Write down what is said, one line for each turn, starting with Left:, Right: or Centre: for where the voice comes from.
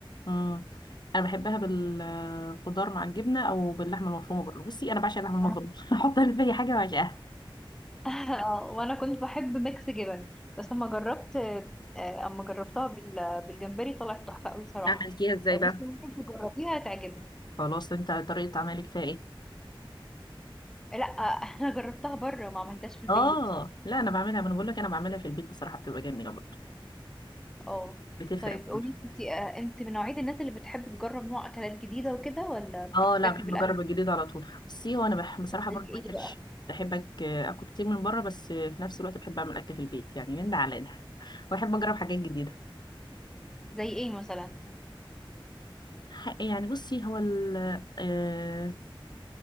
Left: امم انا بحبها بالخضار مع الجبنه او باللحمه المفرومه برضه بصي انا بعشق اللحمه المفرومه
Centre: انا
Left: <laughs> احطها في اي حاجه بعشقها
Centre: <laughs> آه، وانا كنت بحب ميكس جبن بس اما جربت آه، اما جربتها بال- بالجمبري طلعت تحفه قوي صراحه
Left: عملتيها ازاي
Centre: آه، بصي
Left: بقى
Centre: ممكن تجربيها تعجبك
Left: خلاص انت طريقه عملك فيها ايه
Centre: لا انا جربتها بره ما عملتهاش في البيت
Left: اه لا انا بعملها ما انا بقول لك انا بعملها في البيت بصراحه بتبقى جميله برضه
Centre: اه
Left: بتفرق
Centre: طيب قولي
Left: برضه
Centre: انت آه، انت من نوعية الناس اللي بتحب تجرب نوع اكلات جديدة وكده ولا بتكتفي
Left: اه لا بحب
Centre: بالاكل
Left: اجرب الجديد على طول بصي هو انا بح... بصراحه
Centre: زي
Left: برضه
Centre: ايه
Left: ما اكلش
Centre: بقى
Left: بحب أك- اكل كتير من بره بس في نفس الوقت بحب اعمل اكل في البيت يعني من ده على ده واحب اجرب حاجات جديده
Centre: زي ايه مثلا
Left: ح- يعني بصي هو ال... آه